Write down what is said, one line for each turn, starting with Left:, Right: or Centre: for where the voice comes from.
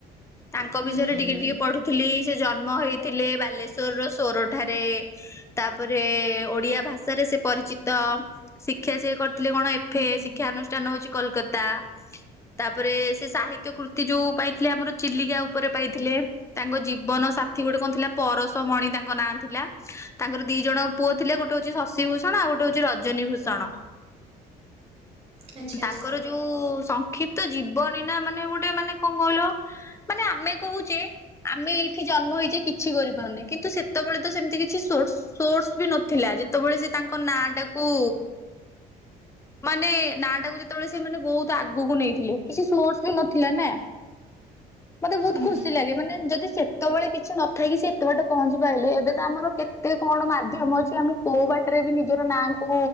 Left: ତାଙ୍କ
Right: ହୁଁ
Left: ବିଷୟରେ
Right: ହୁଁ
Left: ଟିକେ
Right: ହୁଁ।
Left: ଟିକେ ପଢୁଥିଲି ସେ ଜନ୍ମ ହେଇଥିଲେ ବାଲେଶ୍ଵରର ସୋରଠାରେ। ତା ତାପରେ ଓଡ଼ିଆ ଭାଷାରେ ସେ ପରିଚିତ, ସି ଶିକ୍ଷା ଶିକ କରିଥିଲେ କଣ ଏଫ
Right: ହୁଁ ହୁଁ
Left: ଶିକ୍ଷା ଅନୁଷ୍ଠାନ ହଉଛି କୋଲକାତା। ତାପ ତାପରେ ସେ ସାହିତ୍ୟ କୃତି ଯୋଉ ପାଇଥିଲେ, ଆମର ଚିଲିକା ଉପରେ ପାଇଥିଲେ। ତାଙ୍କ ଜୀବନ ସାଥୀ ଗୋଟେ କଣ ଥିଲା ପରସ ମଣି ତାଙ୍କ ନାଁ ଥିଲା। ତାଙ୍କର ଦି ଜଣ ପୁଅ ଥିଲେ, ଗୋଟେ ହଉଛି ଶଶି ଭୂଷଣ, ଆଉ ଗୋଟେ ହଉଛି ରଜନୀ ଭୂଷଣ।
Right: ଆଚ୍ଛା
Left: ତାଙ୍କର
Right: ଆଚ୍ଛା
Left: ଯୋଉ ସଂକ୍ଷିପ୍ତ ଜୀବନୀ ନା ମାନେ ଗୋଟେ ମାନେ କଣ କହିଲ ମାନେ ଆମେ କୋହୁ ଯେ ଆମେ ଏଇଠି ଜନ୍ମ ହେଇଯେ କିଛି କରିପାରୁନେ କିନ୍ତୁ ସେତେବେଳେ ତ ସେମିତି କିଛି ସୋର୍ସ ସୋର୍ସ ବି ନଥିଲା ଯେତେବେଳେ ସେ ତାଙ୍କ ନାଁ ଟାକୁ ମାନେ ନା ଟାକୁ ଯେତେବେଳେ ସେ ମାନେ ବହୁତ ଆଗକୁ ନେଇଥିଲେ କିଛି ସୋର୍ସ ବି ନଥିଲା ନା। ମତେ ବହୁତ
Right: ହୁଁ
Left: ଖୁସି ଲାଗେ, ମାନେ ଯଦି ସେତେବେଳେ କିଛି ନଥକି ସେ ଏତେ ବାଟ ପହଞ୍ଚି ପାରେ ଏବେ ତ ଆମର କେତେ କଣ ମାଧ୍ୟମ ଅଛି ଆମେ କୋଉ ବାଟ ରେ ବି ନିଜର ନାଁ କୁ